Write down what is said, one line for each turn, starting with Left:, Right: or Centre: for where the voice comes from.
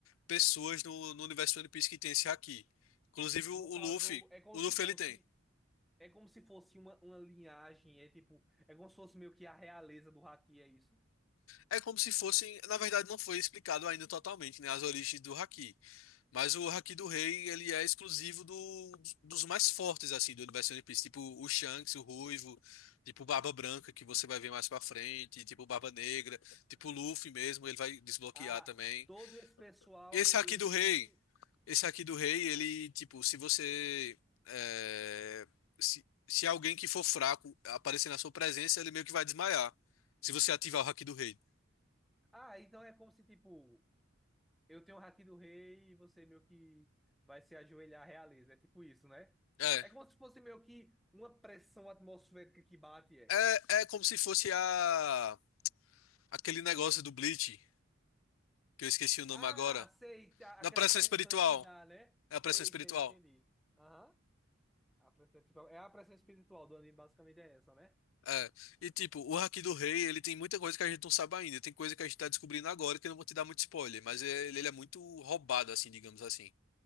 Left: pessoas no, no universo de One Piece que tem esse hack. Inclusive
Centre: No
Left: o, o
Centre: caso,
Left: Luffy.
Centre: é como
Left: O
Centre: se
Left: Luffy
Centre: fosse,
Left: ele tem.
Centre: é como se fosse uma, uma linhagem, é tipo, é como se fosse meio que a realeza do haki, é isso?
Left: É como se fossem. Na verdade, não foi explicado ainda totalmente, né, as origens do hack. Mas o Haki do Rei, ele é exclusivo do, dos mais fortes, assim, do universo One Piece. Tipo o Shanks, o Ruivo, tipo o Barba Branca, que você vai ver mais pra frente, tipo o Barba Negra, tipo o Luffy mesmo, ele vai desbloquear
Centre: Ah,
Left: também.
Centre: todo esse pessoal
Left: Esse
Centre: e-
Left: Haki
Centre: ele
Left: do
Centre: tem
Left: Rei, esse Haki do Rei, ele, tipo, se você... é, se, se alguém que for fraco aparecer na sua presença, ele meio que vai desmaiar. Se você ativar o Haki do Rei.
Centre: Ah, então é como se tipo eu tenho o haki do rei e você meio que vai se ajoelhar à realeza. É tipo isso, né?
Left: É,
Centre: É como se fosse meio que uma pressão atmosférica que bate, é.
Left: é, é como se fosse a, aquele negócio do Bleach, que eu esqueci o nome
Centre: Ah,
Left: agora.
Centre: sei, a-
Left: Na
Centre: aquela
Left: pressão
Centre: pressão
Left: espiritual.
Centre: que dá, né?
Left: É a
Centre: Sei,
Left: pressão espiritual.
Centre: sei, entendi. Aham. A pressão, tipo, é a pressão espiritual do anime, basicamente é essa, né?
Left: É. E tipo, o Haki do Rei, ele tem muita coisa que a gente não sabe ainda. Tem coisa que a gente tá descobrindo agora que eu não vou te dar muito spoiler, mas é, ele, ele é muito roubado, assim, digamos assim.